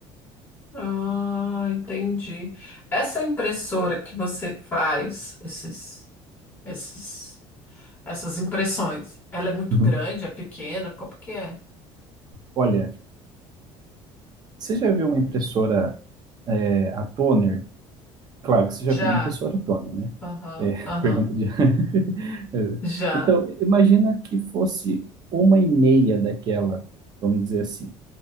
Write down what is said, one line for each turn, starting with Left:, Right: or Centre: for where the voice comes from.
Left: Ah, entendi. Essa impressora que você faz, esses, esses, essas impressões, ela é muito
Right: Uhum.
Left: grande, é pequena? Como que é?
Right: Olha, você já viu uma impressora, é, a toner? Claro que você já viu
Left: Já.
Right: uma impressora toner, né?
Left: Aham,
Right: É,
Left: aham.
Right: <laughs> pergunta de. <laughs> É.
Left: Já.
Right: Então, imagina que fosse uma e meia daquela, vamos dizer assim.